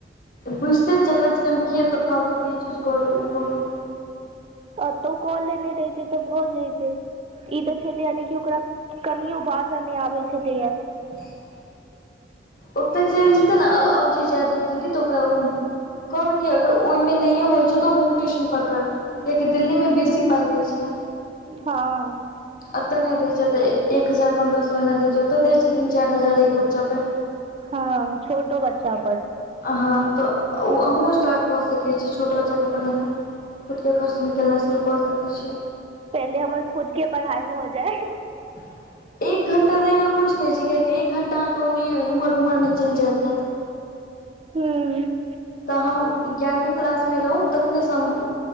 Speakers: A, on the left; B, on the right.
A: बुझते ने छैकरा हम किी एतऽ फालतू कि चीज करू ओ करू
B: तऽ तो कॉ लेने रहयत तऽ भऽजतै ई ते छले यान क ओकरा कनियो बाजा नहि आबे छलेया
A: <inaudible> ओते चलि जेते ने अब जे जाय दिल्ली तऽ ओकरा उ कहबै कि अगर ओहिमे नहिए होइ छै तऽ होम ट्यूशन पकड़ कियाकि दिल्लीमे बेसी पाइ दै छै
B: हँ
A: एते नहि देय छै एक हजार पंन्द्रह सए एना देय छै ओते दय छै तीन चारि हजार एक बच्चा पे
B: हँ छोटो बच्चा पर
A: अहाँ तऽ ओ अहूँ स्टार्ट कऽ सकी छी छोट बच्चा के पढ़ेना खुद के खर्च निकलनाइ शुरू कऽ सॅं सकै छी
B: पहिले हमर खुद के पढ़ाइ भऽ जाय
A: <inaudible> एक घण्टा तऽ एहिमे किछु नहि छै कियाकि एक घण्टा अहाँकेँ ओ नहि एमहर उमहरमे चलि जाइत हैत
B: हूँ
A: तऽ हम गारहवीं क्लास मे रहू तखनेसँ हम